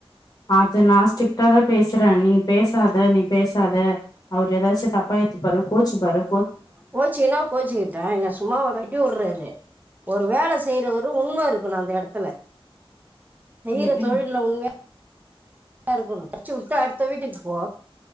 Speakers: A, on the left; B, on the right.
A: அது நா ஸ்ட்ரிக்டாதா பேசுற நீங் பேசாத நீ பேசாத அவரு எதாச்சு தப்பா ஏத்துபாரு ஓச்சுப்பாரு
B: கோச்சிக்கன்னா கோச்சுக்கிட்டும் என்னா சும்மாவ கட்டி வூடுறாரு ஒரு வேல செய்யறவரு உண்ம இருக்குணும் அந்த இடத்துல செய்யற
A: ம் ம்
B: தொழில்ல உண்மையா யா இருக்கணும் கச்சு விட்டு அடுத்த வீட்டுக்கு போ